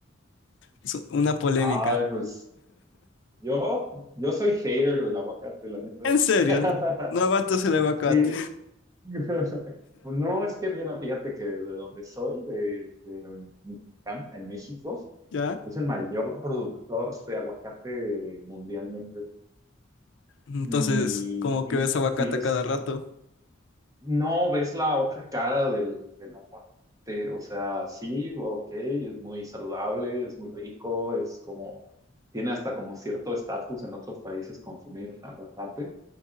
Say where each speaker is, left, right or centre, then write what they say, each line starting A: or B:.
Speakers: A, on the left; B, on the right.
A: Es una polémica.
B: Ay, pues yo, yo soy hater del aguacate, la neta.
A: En serio,
B: <laughs>
A: no aguantas el aguacate,
B: Sí. <laughs> No, es que mira, fíjate que de donde soy, de, de Michoacán, en México,
A: ¿ya?
B: es el mayor productor de aguacate mundialmente.
A: Entonces,
B: Y,
A: como
B: y,
A: que ves aguacate
B: y ves,
A: a cada rato.
B: no ves la otra cara del, del aguacate. O sea, sí, ok, es muy saludable, es muy rico, es como, tiene hasta como cierto estatus en otros países consumir aguacate,